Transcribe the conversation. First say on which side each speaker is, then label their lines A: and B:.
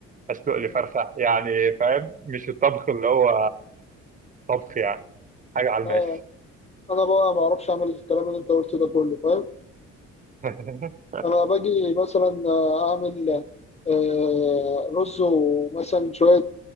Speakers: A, on the right (about 25°); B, on the left (about 20°).
A: اسلق
B: مم.
A: لي فرخه يعني فاهم مش الطبخ اللي هو طبخ يعني حاجه على
B: لا
A: الماشي
B: أنا بقى ما أعرفش أعمل الكلام اللي أنت قلته ده كله فاهم؟
A: <laughs>
B: انا باجي مثلا آه، اعمل آه، رز ومثلا شويه